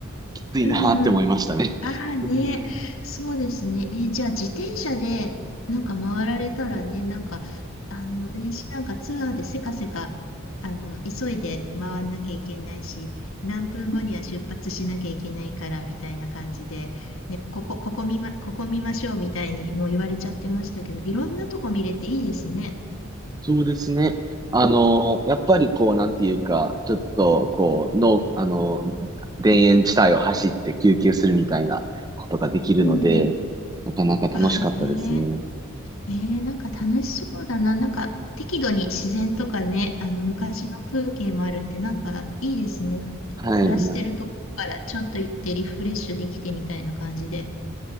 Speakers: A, on the right; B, on the left.
A: きついなって思いましたね。
B: うんうんああね、
A: うん
B: そうですね。えーじゃあ自転車でなんか回られたらね、なんか、あの、ね、しなんかツアーでせかせか、あの、急いで回んなきゃいけないし、何分後には出発しなきゃいけないからみたいな感じで、ね、ここ、ここ見ま、ここ見ましょうみたいにもう言われちゃってましたけど、いろんなとこ見れていいですね。
A: そうですね。あの、やっぱりこう、なんていうか、ちょっと、こう、の、あの、田園地帯を走って休憩するみたいなことができるので、
B: うんうん。
A: なかなか楽しかったですね。
B: ああね。えー、なんか楽しそうだな。なんか適度に自然とかね、あの昔の風景もあるってなんかいいですね。
A: はい、
B: 暮らしてるとこからちょっと行ってリフレッシュできてみたいな感じで。
A: な、